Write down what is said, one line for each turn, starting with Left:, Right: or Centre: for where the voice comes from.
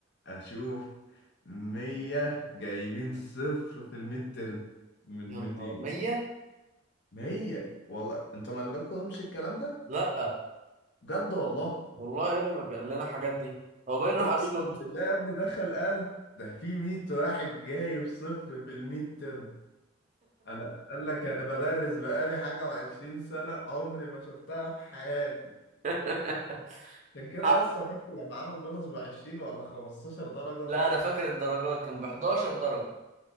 Left: اشوف 100 جايبين صفر في الميد ترم من
Right: يا
Left: 200
Right: نهار أبيض. 100
Left: 100 والله انت مالكمش الكلام ده
Right: لا
Left: بجد والله
Right: والله يا ابني ما كان لنا الحاجات دي هو باين راح
Left: اقسم
Right: قال لكم انتوا
Left: بالله يا ابني دخل قال ده في 100 واحد جايب صفر في الميد ترم انا قال لك انا بدرس بقالي حاجه و20 سنه عمري ما شفتها في حياتي
Right: <laughs>
Left: عشان كده
Right: حق
Left: لسه فاكر لما عمل بونص ب 20 ولا 15 درجه
Right: لا انا فاكر الدرجات كان ب 11 درجة